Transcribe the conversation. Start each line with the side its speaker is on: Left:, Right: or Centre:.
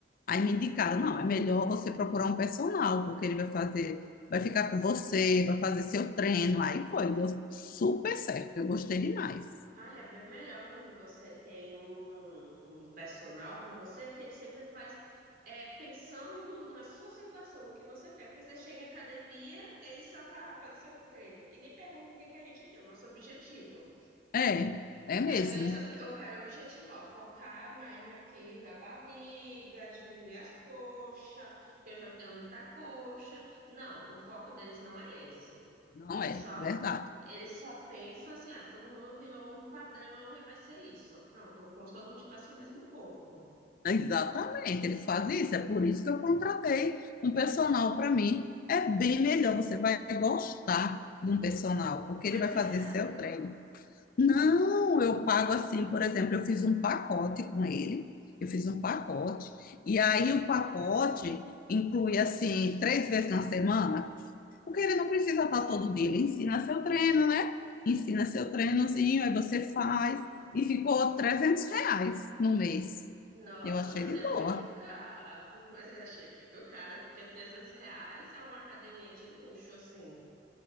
Left: Aí me indicaram, não, é melhor você procurar um personal, porque ele vai fazer, vai ficar com você, vai fazer seu treino. Aí foi, deu super certo, eu gostei demais.
Right: Ah, é bem melhor quando você tem um, um personal com você, que ele sempre faz é, pensando na sua situação, no que você quer. Porque você chega em academia, ele só fala, "Ah, fazer seu treino. E nem pergunta o que que a gente tem, o nosso objetivo.
Left: É, é
Right: Que
Left: mesmo,
Right: às vezes eu, eu quero objetivo, ó, focar mais aqui na barriga, diminuir as coxas, que eu já tenho muita coxa. Não, o foco deles não é esse.
Left: não
Right: Eles
Left: é,
Right: só
Left: verdade.
Right: eles só pensam assim, ah, todo mundo virou um padrão e vai ser isso. Pronto, como se todo mundo tivesse o mesmo corpo.
Left: Exatamente, ele faz isso, é por isso que eu contratei um personal para mim. É bem melhor, você vai gostar de um personal, porque
Right: Mas
Left: ele vai fazer
Right: não é caro,
Left: seu
Right: não.
Left: treino. Não, eu pago assim, por exemplo, eu fiz um pacote com ele, eu fiz um pacote, e aí o pacote inclui assim, três vezes na semana, porque ele não precisa estar todo dia, ele ensina seu treino, né? Ensina seu treinozinho, aí você faz, e ficou 300 reais no mês.
Right: Nossa,
Left: Eu achei
Right: mas
Left: de
Right: é
Left: boa.
Right: muito caro. <laughs> Mas eu achei muito caro, porque 300 reais é uma academia de luxo, assim.